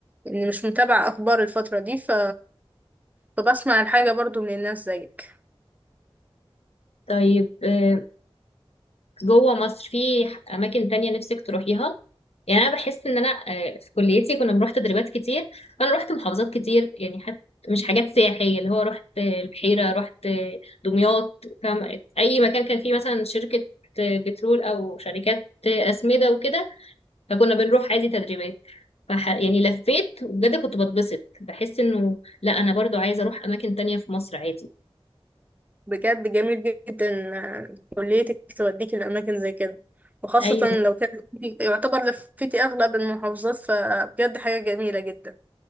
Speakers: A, on the right; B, on the left.
A: إني مش متابعة أخبار الفترة دي ف... فبسمع الحاجة برضو من الناس زيك
B: طيب آه، جوه مصر في ح- اماكن تانية نفسك تروحيها يعني انا بحس ان انا آه، في كليتي كنا بنروح تدريبات كتير فانا رحت محافظات كتير يعني حتى مش حاجات سياحية اللي هو رحت آه، البحيرة رحت آه، دمياط فاهم اي مكان كان فيه مثلا شركة آه، بترول او شركات آه، اسمدة وكده فكنا بنروح عادي تدريبات فح... يعني لفيت وبجد كنت بتبسط بحس انه لا انا برضو عايزة اروح اماكن تانية في مصر عادي
A: بجد جميل جدا كليتك توديك لأماكن زي كده وخاصة
B: ايوه
A: لو كان يعتبر لفتي أغلب المحافظات فبجد حاجة جميلة جدا